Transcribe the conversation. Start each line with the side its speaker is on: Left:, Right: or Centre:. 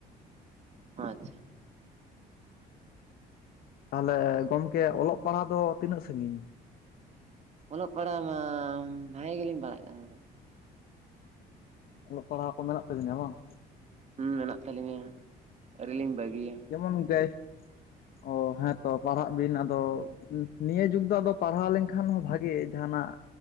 Right: ᱟᱪᱪᱷᱟ᱾
Left: ᱛᱟᱦᱚᱞᱮ ᱜᱚᱝᱠᱮ ᱚᱞᱚᱜ ᱯᱟᱲᱦᱟᱜ ᱫᱚ ᱛᱤᱱᱟᱹᱜ ᱥᱟᱹᱜᱤᱧ?
Right: ᱚᱞᱚᱜ ᱯᱟᱲᱦᱟᱜ ᱢᱟ ᱵᱷᱟᱜᱮ ᱜᱮᱞᱤᱧ ᱯᱟᱲᱟᱜ ᱠᱟᱱᱟ᱾
Left: ᱚᱞᱚᱜ ᱯᱟᱲᱦᱟᱣ ᱠᱚ ᱢᱮᱱᱟᱜ ᱛᱟᱵᱤᱧᱭᱟ ᱵᱟᱝ?
Right: ᱦᱩᱸ ᱢᱮᱱᱟᱜ ᱛᱟᱹᱟᱞᱤᱧᱟ ᱟᱹᱣᱨᱤ ᱞᱤᱧ ᱵᱟᱹᱜᱤᱭᱟ᱾
Left: ᱡᱮᱢᱚᱱ <unintelligible> ᱚ ᱦᱮᱸ ᱛᱚ ᱯᱟᱲᱦᱟᱜ ᱵᱤᱱ ᱟᱫᱚ ᱱᱤᱭᱟᱹ ᱡᱩᱜᱽ ᱫᱚ ᱟᱫᱚ ᱯᱟᱲᱦᱟᱣ ᱞᱮᱱᱠᱷᱟᱱ ᱦᱚᱸ ᱵᱷᱟᱜᱮ ᱡᱟᱦᱟᱱᱟᱜ